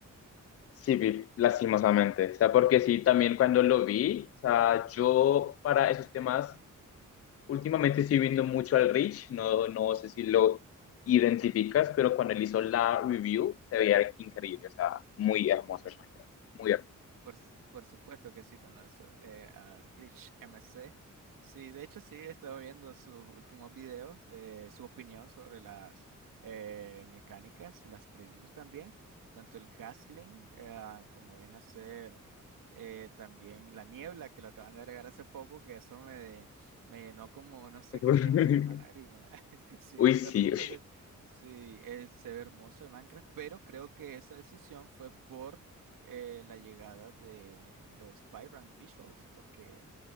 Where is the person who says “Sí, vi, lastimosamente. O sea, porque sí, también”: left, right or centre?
Left